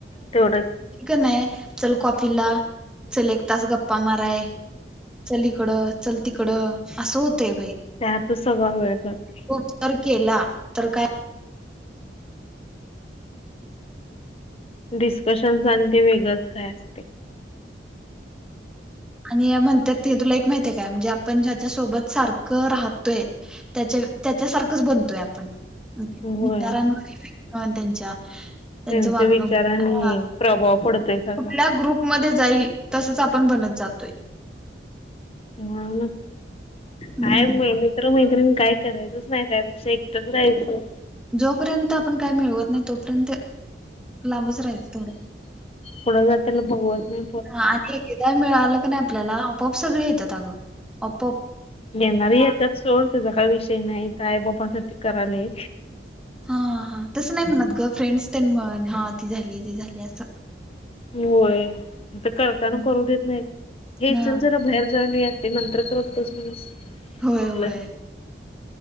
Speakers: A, on the left; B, in the centre.
A: तेवढच
B: क नाय, चल कॉफीला, चल एक तास गप्पा माराया. चल ईकडं, चल तिकडं, असं होतय बाई.
A: त्यातच सगळा वेळ जातोय.
B: <unintelligible> तर केला, तर काय
A: डिस्कशन आन ते वेगळंच काय असते.
B: आणि म्हणत्यात ते तुला एक माहितीये काय? म्हणजे आपण ज्याच्यासोबत सारखं राहतोय त्याच्या-त्याच्यासारखंच बनतोय आपण.
A: होय
B: विचारांवर <unintelligible> त्यांच्या. त्यांचं
A: त्यांच्या
B: वागणं
A: विचारानी
B: हा
A: प्रभाव पडतोय. सगळा
B: कुठल्या ग्रुप मध्ये जाईल, तसच आपण बनत जातोय.
A: म्हणूनच, काय
B: हम्म
A: मि-मीत्र, मैत्रिन काय करायचंच नाही, त्यापेक्षा एकटच राहायचं.
B: जोपर्यंत आपण काय मिळवत नाही, तोपर्यंत लांबच राहायचं थोडं.
A: पुडं जात्याला बघवत नही.
B: हां आणि एकदा मिळालं क नाई आपल्याला, आपोआप सगळे येतात अगं, आपोआप.
A: येेणारी येत्याच सोड, त्याचा काही विषय नाही, इथं आई बांपासाठी करायले.
B: हा हा, तसं नाही म्हणत ग, फ्रेंड्स तेन म्हण, हां ती झाली, ति झाली असं.
A: होय तर करत्याना
B: हम्म.
A: करू देत नाही, हे
B: ना
A: चल जरा बाहेर जाऊन येऊ या. ते नंतर करत <unintelligible>
B: होय होय
A: आपलं